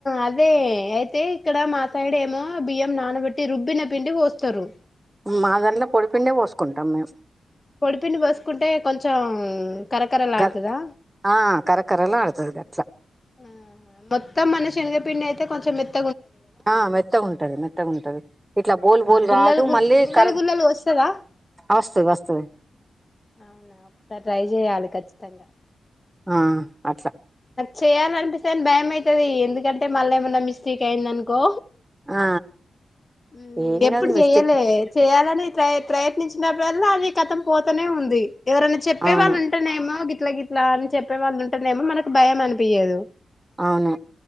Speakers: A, on the left (about 35°); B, on the right (about 20°).
A: అదే అయితే ఇక్కడ మా సైడేమో బియ్యం నానబెట్టి రుబ్బిన పిండి పోస్తారు
B: మాధల్లో పొడిపిండే పోసుకుంటాం మేము
A: పొడిపిండి పోసుకుంటే కొంచెం కరకరలాడుతదా
B: కర ఆ కరకరలాడ్ తది గా
A: హ్మ్ మొత్తం మన శనగపిండి అయితే కొంచెం మేత్
B: ఆ మెత్తగుంటది మెత్తగుంటది ఇట్లా బోలు
A: ఆ
B: బోలు
A: గుల్లలు
B: గాదు
A: గు
B: మళ్ళీ
A: గుల్లలు
B: కర
A: గుల్లలు వస్తదా
B: వస్తది వస్తది
A: అవునా ఒకసారి ట్రై చేయాలి ఖచ్చితంగా
B: ఆ అట్ల
A: చేయాలనిపిస్తని భయం అయితది ఎందుకంటే మళ్ళ ఏమన్నా మిస్టేక్ అయింద నుకో
B: ఆ
A: ఉ
B: ఏం
A: ఎప్పుడు
B: కాదు మిస్టేక్
A: చెయ్యలే చెయాల ప్ర ప్రయత్నించినప్పుడల్ల అ కథం పోతనే ఉంది ఎవరైనా చెప్పే
B: అవును
A: వాళ్ళు ఉంటేనేమో ఇట్లా గిట్లా అని చెప్పే వాళ్ళు ఉంటేనేమో మనకు భయం అనిపియదు
B: అవును